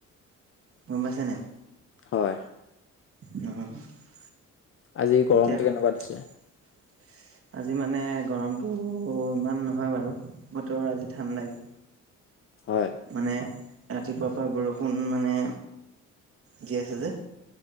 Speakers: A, on the right; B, on the left.
A: গম পাইছে নাই
B: হয়
A: <inaudible>
B: আজি গৰমটো
A: এতিয়া
B: কেনেকুৱা দিছিলে
A: <inaudible> আজি মানে গৰমটো ইমান নহয় বাৰু বতৰৰ আজি ঠাণ্ডাই
B: হয়
A: মানে ৰাতিপুৱাৰ পৰা বৰষুণ মানে দি আছে যে